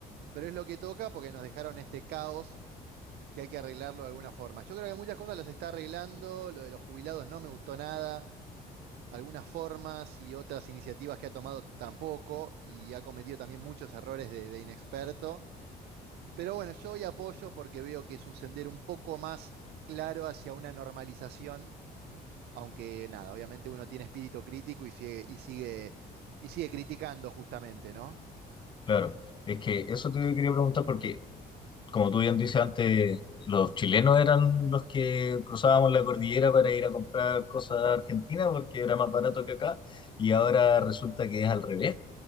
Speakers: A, on the right; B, on the left.
A: pero es lo que toca porque nos dejaron este caos que hay que arreglarlo de alguna forma. Yo creo que muchas cosas las está arreglando, lo de los jubilados no me gustó nada. Algunas formas y otras iniciativas que ha tomado tampoco, y ha cometido también muchos errores de de inexperto. Pero bueno, yo hoy apoyo porque veo que es un sendero un poco más claro hacia una normalización, aunque nada, obviamente uno tiene espíritu crítico y sigue, y sigue, y sigue criticando justamente, ¿no?
B: Claro, es que eso te quería preguntar porque, como tú bien dices antes, los chilenos eran los que cruzábamos la cordillera para ir a comprar cosas a Argentina porque era más barato que acá y ahora resulta que es al revés.